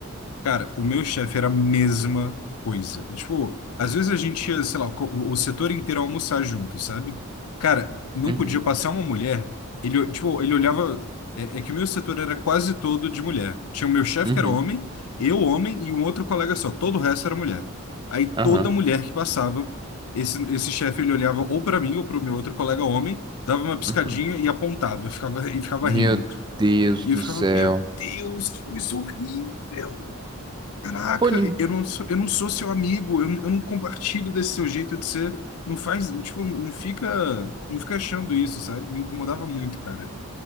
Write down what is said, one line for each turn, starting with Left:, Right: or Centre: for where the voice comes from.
Left: Cara, o meu chefe era a mesma coisa. Tipo, às vezes a gente ia, sei lá, co- o setor inteiro almoçar junto, sabe? Cara, não
Right: Uhum,
Left: podia passar uma mulher. Ele, tipo, ele olhava. É, é que o meu setor era quase todo de mulher. Tinha o meu chefe
Right: uhum,
Left: que era homem, eu homem e um outro colega só. Todo o resto era mulher. Aí toda
Right: aham,
Left: mulher que passava, esse, esse chefe ele olhava ou pra mim ou pro meu outro colega homem, dava uma piscadinha
Right: uhum.
Left: e apontava, ficava, e ficava
Right: Meu
Left: rindo.
Right: Deus
Left: E
Right: do
Left: eu ficava,
Right: céu.
Left: meu Deus, que coisa horrível. Caraca,
Right: Pô, nin-
Left: eu não sou, eu não sou seu amigo, eu, eu não compartilho desse seu jeito de ser. Não faz, tipo, não fica, não fica achando isso, sabe? Me incomodava muito, cara.